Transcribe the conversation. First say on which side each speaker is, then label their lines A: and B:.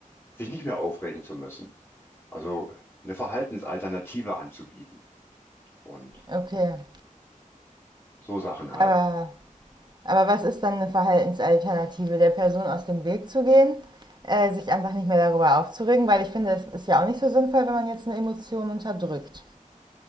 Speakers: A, on the left; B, on the right.
A: sich nicht mehr aufregen zu müssen. Also eine Verhaltensalternative anzubieten und
B: okay.
A: so Sachen halt.
B: Aber, aber was ist dann eine Verhaltensalternative? Der Person aus dem Weg zu gehen? Äh, sich einfach nicht mehr darüber aufzuregen, weil ich finde, es ist ja auch nicht so sinnvoll, wenn man jetzt eine Emotion unterdrückt.